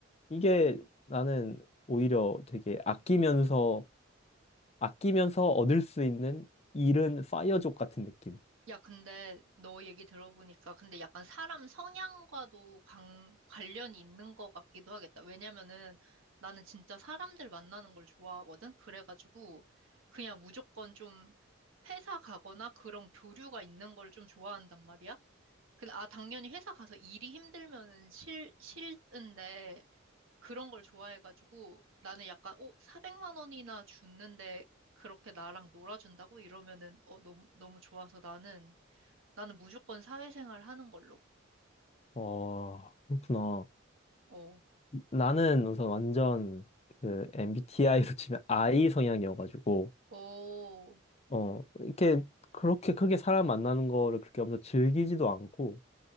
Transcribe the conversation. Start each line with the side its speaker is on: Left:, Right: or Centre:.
Left: 이게 나는 오히려 되게 아끼면서 아끼면서 얻을 수 있는 잃은 파이어족 같은 느낌.
Right: 야, 근데 너 얘기 들어보니까 근데 약간 사람 성향과도 관, 관련이 있는 것 같기도 하겠다. 왜냐면은 나는 진짜 사람들 만나는 걸 좋아하거든? 그래가지고 그냥 무조건 좀 회사 가거나 그런 교류가 있는 걸 좀 좋아한단 말이야. 근데 아, 당연히 회사 가서 일이 힘들면은 싫, 싫은데 그런 걸 좋아해가지고 나는 약간 어 400만 원이나 줬는데 그렇게 나랑 놀아준다고 이러면은 어 너무 너무 좋아서 나는 나는 무조건 사회생활 하는 걸로
Left: 어, 그렇구나.
Right: 어
Left: 나는 우선 완전 그 MBTI로 <laughs> 치면 I 성향이어가지고
Right: 오,
Left: 어 이렇게 그렇게 크게 사람 만나는 거를 그렇게 엄청 즐기지도 않고